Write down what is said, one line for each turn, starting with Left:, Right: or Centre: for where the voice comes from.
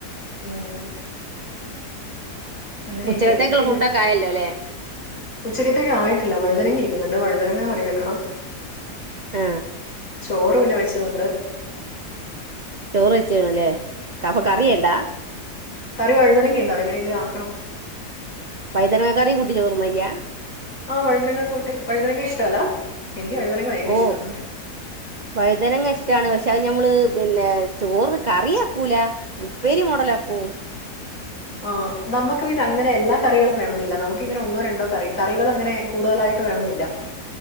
Left: ഉം അങ്ങനെയൊക്കെ.
Right: ഉച്ചകത്തേക്കുള്ള
Left: പിന്നെ
Right: ഫുഡ്‌ ക്കെ ആയല്ലോ ലേ
Left: ഉച്ചക്കത്തേക്ക് ആയിട്ടില്ല വഴുതനങ്ങ ഇരിക്കുന്നുണ്ട് വഴുതനങ്ങ കറി വെക്കണം
Right: ഏ
Left: ചോറ് പിന്നെ വെച്ചതുണ്ട്
Right: ചോറ് വെച്ച്ക്ണ് ല്ലേ കഫ
Left: ഉം.
Right: കറിവേണ്ടാ
Left: കറി വഴുതനങ്ങ ഉണ്ട് അത് എങ്ങനെങ്കിലും ആക്കണം
Right: വൈതനാ ക്കറി കൂട്ടി ചോറ് ന്നയ്യ
Left: ആ വഴുതനങ്ങ കൂട്ടി വഴുനങ്ങങ്ങ ഇഷ്ടല്ല എനിക്ക് വഴുതനങ്ങ ഭയങ്കര
Right: ഓ
Left: ഇഷ്ടമാണ്
Right: വഴുതനങ്ങ ഇഷ്ട്ടാണ് പക്ഷെ അത് ഞമ്മള് പിന്നെ ചോറ്ന് കറിയാക്കൂല ഉപ്പേരി മോഡല് ആക്കൂം
Left: ആഹ് നമുക്ക് പിന്നെ അങ്ങനെ എല്ലാ കറികളും വേണന്നില്ല നമുക്ക് ഇങ്ങനെ ഒന്നോ രണ്ടോ കറി കറികളങ്ങനെ കൂടുതലായിട്ട് വേണന്നില്ല